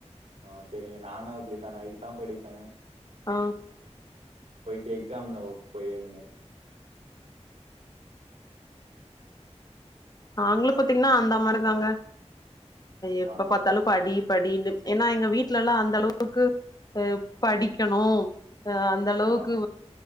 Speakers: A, on the right; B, on the left.
A: ஆ செரிங்க நானு அப்டித்தா நைட்டுதா படிப்பே
B: ஆ
A: போயிட்டு எக்ஸாம்ல போயி எழுதுனே
B: நாங்களு பாத்தீங்கன்னா அந்த மாரிதாங்க எப்ப
A: ஆ,
B: பாத்தாலு படி படினு ஏனா எங்க வீட்ல எல்லா அந்தளவுக்கு அ படிக்கணு அந்த அளவுக்கு
A: ஆ.